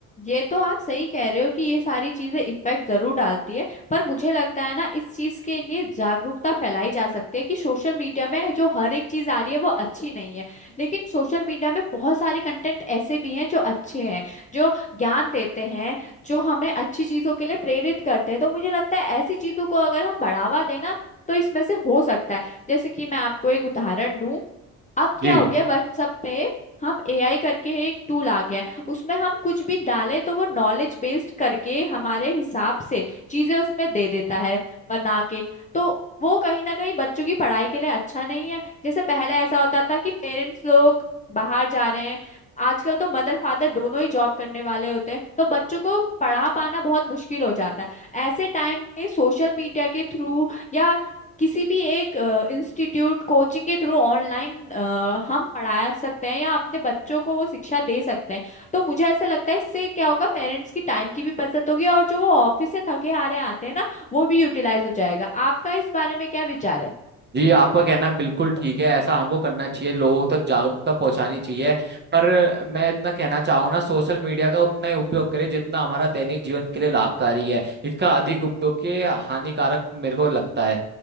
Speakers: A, on the left; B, on the right.
A: ये तो आप सही कह रहे हो कि ये सारी चीजें इफेक्ट जरूर डालती है पर मुझे लगता है ना इस चीज के लिए जागरूकता फैलाई जा सकती है कि सोशल मीडिया में जो हर एक चीज आ रही है वो अच्छी नहीं है लेकिन सोशल मीडिया में बहुत सारे कंटेंट ऐसे भी हैं जो अच्छे हैं जो ज्ञान देते हैं जो हमें अच्छी चीजों के लिए प्रेरित करते हैं तो मुझे लगता है ऐसी चीजों को अगर हम बढ़ावा देना तो इसमें से हो सकता है जैसे कि मैं आपको एक उदाहरण दूं अब
B: जी
A: क्या हो गया व्हाट्सएप पे हम एआई करके एक टूल आ गया है उसमें हम कुछ भी डालें तो वो नॉलेज बेस्ड करके हमारे हिसाब से चीजें उसमें दे देता है बना के तो वो कहीं ना कहीं बच्चों की पढ़ाई के लिए अच्छा नहीं है जैसे पहले ऐसा होता था कि पेरेंट्स लोग बाहर जा रहे हैं आजकल तो मदर फादर दोनों ही जॉब करने वाले होते हैं तो बच्चों को पढ़ा पाना बहुत मुश्किल हो जाता है ऐसे टाइम पे सोशल मीडिया के थ्रू या किसी भी एक इंस्टीट्यूट कोचिंग के थ्रू ऑनलाइन हम पढ़ा सकते हैं या अपने बच्चों को वो शिक्षा दे सकते हैं तो मुझे ऐसा लगता है इससे क्या होगा पेरेंट्स की टाइम की भी बचत होगी और जो वो ऑफिस से थके हारे आते हैं ना वो भी यूटिलाइज हो जाएगा आपका इस बारे में क्या विचार है
B: जी आपका कहना बिल्कुल ठीक है ऐसा हमको करना चाहिए लोगों तक जागरूकता पहुंचानी चाहिए पर मैं इतना कहना चाहूंगा ना सोशल मीडिया का उतना ही उपयोग करें जितना हमारा दैनिक जीवन के लिए लाभकारी है इसका अधिक उपयोग के हानिकारक मेरे को लगता है